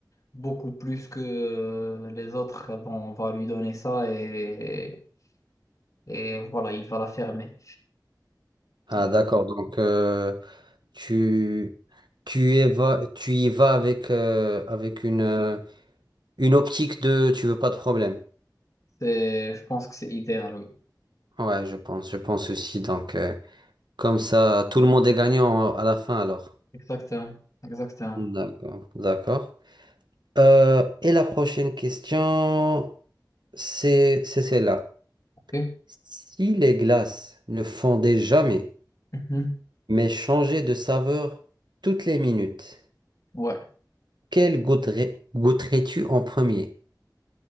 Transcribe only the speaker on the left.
beaucoup plus que euh, les autres, bon, on va lui donner ça et et voilà, il va la fermer.
Voilà.
C'est, je pense que c'est idéal, oui.
Exactement, exactement.
Ok.
Mhm.
Ouais.